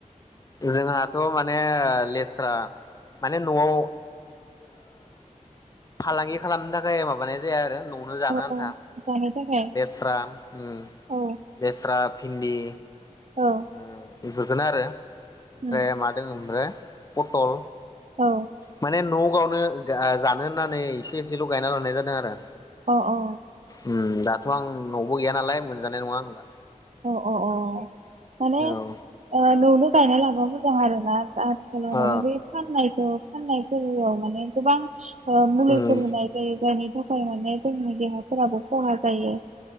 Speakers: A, on the left; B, on the right.
A: जोंहाथ' माने लेस्रा माने न'आव ओ फालांगि खालामनो थाखाय माबानाय जाया आरो न'आवनो जानो
B: औ
A: ओम आन्था
B: औ जानो थाखाय
A: लेस्रा ओम
B: औ
A: लेस्रा भिन्दि
B: औ
A: ओ <unintelligible> आरो ओमफ्राय
B: उम
A: मा दोङो आमफ्राय? पटल
B: औ
A: माने न' आवनो गा जानो होननानै एसे एसेल' गायना लानाय जादों आरो
B: अ अ
A: उम दाथ' आं न'आवबो गैया नालाय मोनजानाय नङा आं दा
B: अ अ अ माने
A: औ
B: ओ न'आवनो गायना लाबा मोजां आरोना जा <unintelligible>
A: ओ
B: फान्नायखौ माने गोबां। मुलिफोर
A: उम
B: होनाय जायो थाखाय। उफाय माने जोंनि देहाफोराबो खहा जायो।